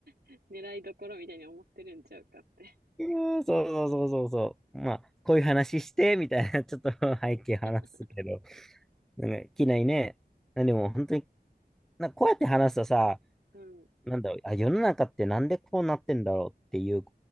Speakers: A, on the right; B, in the centre.
A: <laughs> 狙いどころみたいに思ってるんちゃうかって
B: うーん、そうそうそうそうそう。まあ、こういう話して、みたいな、ちょっと <laughs> 背景話すけど。
A: <laughs>
B: なんか、機内ね。でも本当に、なんかこうやって話すとさ、
A: うん。
B: なんだろう、あ、世の中ってなんでこうなってんだろうっていう、